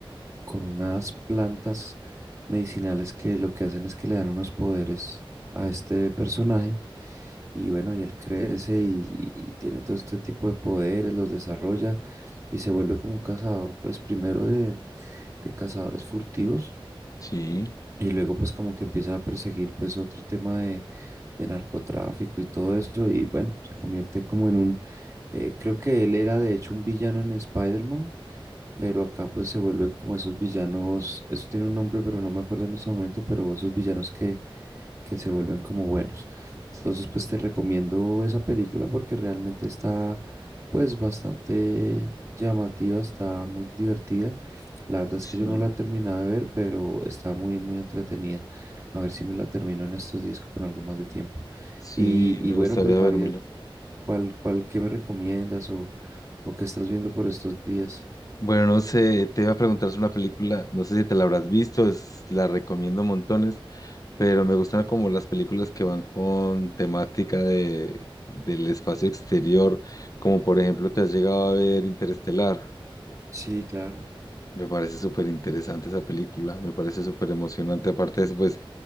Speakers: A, on the right (about 35°); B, on the left (about 40°).
A: con unas plantas medicinales que lo que hacen es que le dan unos poderes a este personaje y bueno, y él crece y, y- y tiene todo este tipo de poderes, los desarrolla y se vuelve como un cazador, pues primero de, de cazadores furtivos
B: Sí,
A: y luego pues como que empieza a perseguir pues otro tema de, de narcotráfico y todo eso y bueno, se convierte como en un, eh, creo que él era de hecho un villano en Spider-Man, pero acá pues se vuelve como esos villanos, eso tiene un nombre pero no me acuerdo en este momento, pero esos villanos que que se vuelven como buenos. Entonces, pues te recomiendo esa película porque realmente está pues bastante llamativa, está muy divertida. La verdad es
B: sí,
A: que yo no la he terminado de ver, pero está muy, muy entretenida. A ver si me la termino en estos días con algo más de tiempo.
B: sí,
A: Y, y
B: me
A: bueno,
B: gustaría
A: pues Javier,
B: vérmela.
A: ¿cuál, cuál, qué me recomiendas o, o qué estás viendo por estos días?
B: Bueno, no sé, te iba a preguntar sobre una película, no sé si te la habrás visto, es- la recomiendo montones, pero me gustan como las películas que van con temática de, del espacio exterior, como por ejemplo, ¿te has llegado a ver Interestelar?
A: Sí, claro.
B: Me parece súper interesante esa película, me parece súper emocionante. Aparte de eso, pues